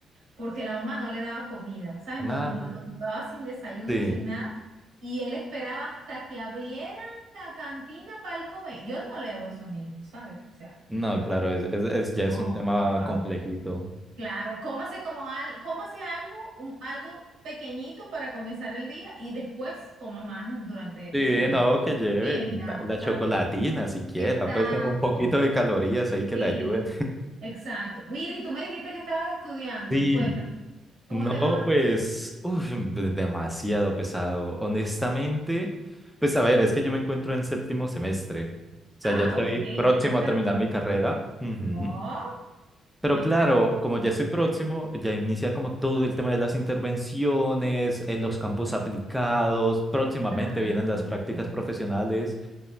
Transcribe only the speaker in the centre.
Ah,
sí.
No,
claro, es, es- es- ya
es un tema
complejito.
Sí,
no, que lleve
la, la chocolatina
siquiera,
pues un un poquito de calorías ahí que
le ayuden.
Sí,
no,
pues, uf, de- demasiado pesado. Honestamente, pues a ver, es que yo me encuentro en séptimo semestre, o sea,
ya estoy
próximo
a terminar mi carrera. ujú.
Pero
claro,
como ya estoy próximo, ya inicia como todo el tema de las intervenciones, en los campos aplicados, próximamente
vienen las prácticas
profesionales.